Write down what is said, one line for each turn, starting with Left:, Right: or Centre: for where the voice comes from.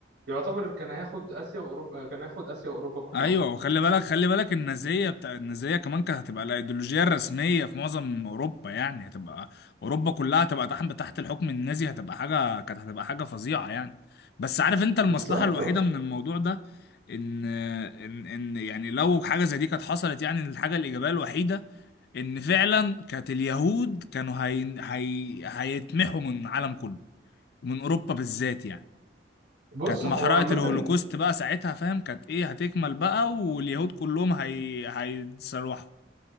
Right: يعتبر كان هياخد آسيا وأوروبا كان هياخد آسيا وأوروبا كلها
Left: ايوه وخلي بالك خلي بالك النازيه بتاع النازيه كمان كانت هتبقى الايديولوجيه الرسميه في معظم اوروبا يعني هتبقى اوروبا كلها هتبقى تحت تحت الحكم النازي هتبقى حاجه كانت هتبقى حاجه فظيعه يعني بس عارف انت المصلحه
Right: بالظبط
Left: الوحيده
Right: اه
Left: من الموضوع ده ان ان ان يعني لو حاجه زي دي كانت حصلت يعني الحاجه الايجابيه الوحيده ان فعلا كانت اليهود كانوا هي... هي... هيتمحوا من العالم كله ومن اوروبا بالذات يعني
Right: بص
Left: كانت محرقة
Right: هو عامة
Left: الهولوكوست بقى ساعتها فاهم كانت ايه هتكمل بقى واليهود كلهم هي... هيتسلوحوا